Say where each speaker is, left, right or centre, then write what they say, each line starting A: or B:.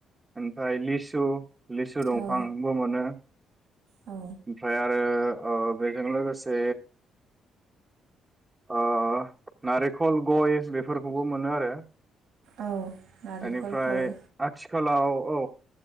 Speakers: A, on the right; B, on the right.
A: ओमफ्राय लिसु लिसु दंफांबो
B: औ
A: मोनो
B: औ
A: ओमफ्राय आरो ओ बेजों लोगोसे ओ नारेखल गय बेफोरखौबो मोनो आरो।
B: औ नारेंखल
A: एनिफ्राय
B: गय
A: आथिखालाव औ